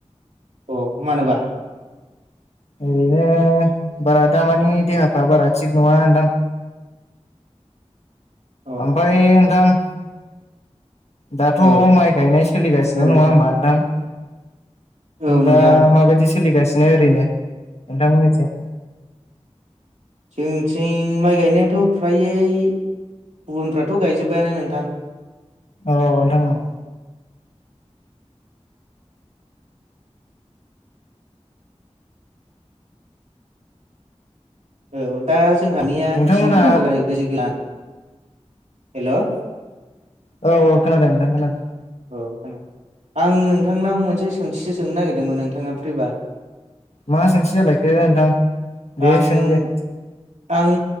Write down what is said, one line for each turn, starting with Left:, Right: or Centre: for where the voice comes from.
Right: अ मानोबा?
Left: ओरैनो बारा दामानि देहाफ्रा बारा थिग नङा नोंथां
Right: औ
Left: ओमफाय नोंथां? दाथ'
Right: औ
Left: माइ गायनाय सोलिगासिनो
Right: नोंथां
Left: नङा होमबा नोंथां?
Right: औ
Left: दा
Right: नोंथां।
Left: माबायदि सोलिगासिनो ओरैनो नोंथांमोननिथिं?
Right: जोंनिथिं माइ गायनायाथ' फ्रायै गुबुनफ्राथ' गायजोबबायानो नोंथां।
Left: अ नोंथां औ।
Right: औ दा जोंहानिया
Left: नोंथांमोना
Right: एसे दंबावो <unintelligible> हेल' औ
Left: औ औ खोनादों नोंथां खोनादों।
Right: औ खोनादो आं नोंथांनाव मोनसे सोंथिसो सोंनो नागिरदोंमोन नोंथाङा फ्रिबा?
Left: मा सोंथि जालायखो नोंथां दे
Right: आं
Left: सों दे?
Right: आं